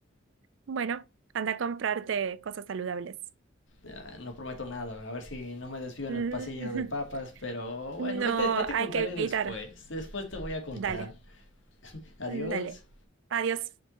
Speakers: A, on the right; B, on the left.
A: Bueno, anda a comprarte cosas saludables.
B: Ah, No prometo nada, a ver si no me desvío
A: Mm,
B: en el pasillo de papas,
A: <laughs>
B: pero bueno,
A: No
B: ahí te, ahí te
A: hay
B: contaré
A: que
B: después.
A: evitar.
B: Después te voy a contar.
A: Dale,
B: Adiós.
A: dale. Adiós.